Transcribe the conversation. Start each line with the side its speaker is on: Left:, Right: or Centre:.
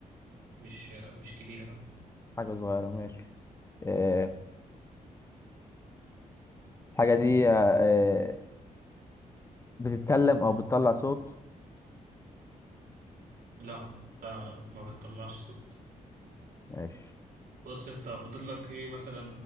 Right: مش مش كبيرة
Left: حاجة صغيرة ماشي آه، الحاجة دي آه، آه، بتتكلم أو بتطلع صوت
Right: لا لا لا لا ما بتطلعش صوت
Left: ماشي
Right: بص انت فاضل لك ايه مثلا